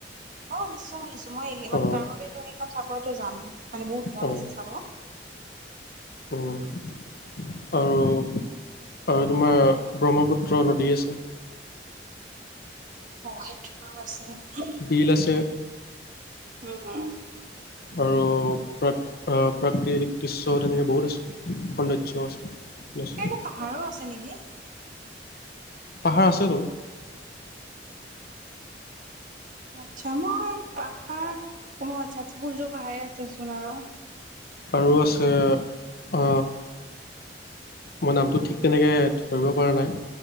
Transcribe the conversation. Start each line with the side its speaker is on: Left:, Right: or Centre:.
Right: অ', নিশ্চয় শুনিছোঁ, মই মানে
Left: অ',
Right: তাৰ বাবোতো সেইখন চাবইটো যাম, মানে বহুত মন
Left: অ',
Right: আছে চাব।
Left: উম, আৰু আৰু তোমাৰ ব্ৰহ্মপুত্ৰ নদী আছে।
Right: অ' সেইটো বাৰু আছে।
Left: শিল আছে।
Right: হুম, হু।
Left: আৰু প্ৰত অ' প্ৰাকৃতিক দৃশ্য তেনেকৈ বহুত আছে, সৌন্দৰ্যও আছে। আছে
Right: সেইনে পাহাৰো আছে নেকি?
Left: পাহাৰ আছে বাৰু।
Right: আচ্ছা। মই পাহাৰ অ' আচ্ছা আচ্ছা সূৰ্য পাহাৰে আছেচোন আৰু
Left: আৰু আছে আ মই নামটো ঠিক তেনেকে ধৰিব পৰা নাই।